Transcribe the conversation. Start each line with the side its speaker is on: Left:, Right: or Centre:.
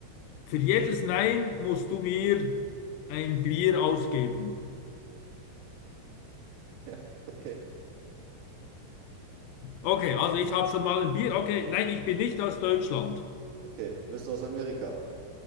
Left: für jedes Nein musst du mir ein Bier ausgeben.
Right: Ja, okay.
Left: Okay, also ich habe schon mal ein Bier. Okay, nein, ich bin nicht aus Deutschland.
Right: Okay, bist du aus Amerika?